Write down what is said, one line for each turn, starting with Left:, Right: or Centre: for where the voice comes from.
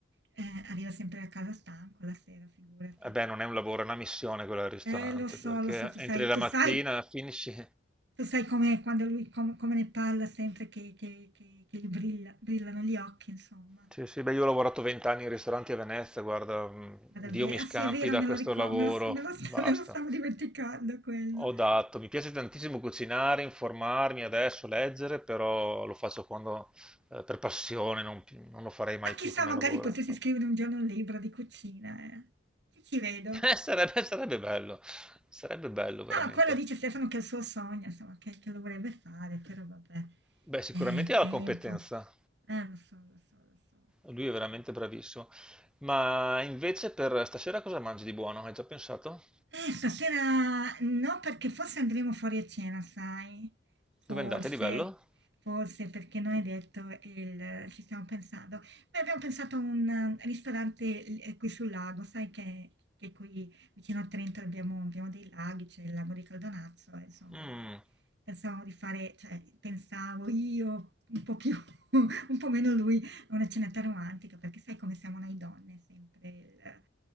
Right: Eh, arriva sempre a casa stanco la sera, figurati.
Centre: E beh, non è un lavoro, è una missione quella del ristorante,
Right: Eh, lo so,
Centre: perché
Right: lo so, tu
Centre: entri
Right: sai,
Centre: la
Right: tu
Centre: mattina,
Right: sai,
Centre: finisci.
Right: tu sai com'è quando lui, com- come ne parla sempre che, che, che, che gli brilla- brillano gli occhi, insomma.
Centre: Sì, sì, beh, io ho lavorato vent'anni in ristoranti a Venezia, guarda, mh,
Right: Ma davvero?
Centre: Dio mi scampi
Right: Ah sì, è vero,
Centre: da
Right: me
Centre: questo
Right: lo ricordo,
Centre: lavoro,
Right: me lo, st- me lo
Centre: basta.
Right: st- <laughs> me lo stavo dimenticando quello.
Centre: Ho dato, mi piace tantissimo cucinare, informarmi adesso, leggere, però lo faccio quando, eh, per passione, non, pi- non lo farei mai
Right: Ma chissà,
Centre: più come
Right: magari
Centre: lavoro.
Right: potessi
Centre: troppo.
Right: scrivere un giorno un libro di cucina, eh. Ci ci vedo.
Centre: <laughs> Eh, sarebbe, sarebbe bello, sarebbe bello veramente.
Right: No, quello dice Stefano che è il suo sogno, insomma, che, che lo vorrebbe fare, però vabbè,
Centre: Beh, sicuramente
Right: è
Centre: ha
Right: tempo.
Centre: la competenza,
Right: Eh, lo so, lo so, lo so,
Centre: lui
Right: lo
Centre: è veramente
Right: so.
Centre: bravissimo. Ma invece per stasera cosa mangi di buono? Hai già pensato?
Right: Eh, stasera no, perché forse andremo fuori a cena, sai? Forse,
Centre: Dove andate di bello?
Right: forse perché non è detto, il- ci stiamo pensando. Beh, abbiamo pensato a un eh, ristorante eh, qui sul lago, sai che, che qui vicino a Trento abbiamo, abbiamo dei laghi, c'è il lago di Caldonazzo, e insomma,
Centre: Mm,
Right: eh, pensavamo di fare, cioè, pensavo io un po' più, <laughs> un po' meno lui una cenetta romantica, perché sai come siamo noi donne, sempre il